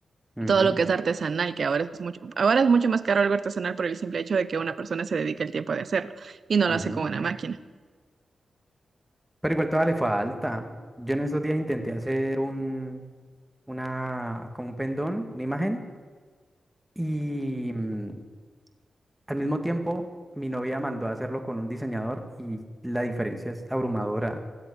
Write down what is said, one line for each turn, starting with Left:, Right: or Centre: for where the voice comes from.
Centre: ujú,
Right: todo lo que es artesanal, que ahora es mucho, ahora es mucho más caro algo artesanal por el simple hecho de que una persona se dedica el tiempo de hacerlo y no
Centre: ujú.
Right: lo hace con una máquina.
Centre: Pero igual todavía le falta. Yo en esos días intenté hacer un, una, como un pendón, una imagen. Y, mm, Al mismo tiempo, mi novia mandó a hacerlo con un diseñador y la diferencia es abrumadora.